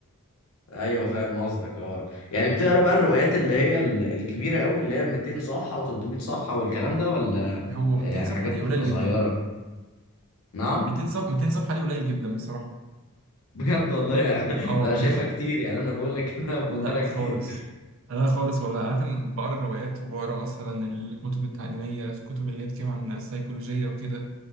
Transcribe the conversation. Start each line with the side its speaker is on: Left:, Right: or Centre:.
Left: ايوه فاهم قصدك اه يعني بتقرا بقى الروايات اللي هي ال- الكبيره قوي اللي هي 200 صفحه و300 صفحه والكلام ده ولا
Right: هو
Left: يعني
Right: 200
Left: حاجات
Right: صفحه دي
Left: بتبقى
Right: قليل جدا
Left: صغيره نعم
Right: 200 صف 200 صفحه دي قليل جدا بصراحه
Left: بجد والله يعني <laughs>
Right: اه والله
Left: انا شايفها كتير يعني انا بقول لك كده بفكرها
Right: لا
Left: كتير
Right: خالص انا خالص والله عارف ان بقرا الروايات وبقرا مثلا الكتب التعليميه الكتب اللي هي بتتكلم عن السيكولوجيه وكده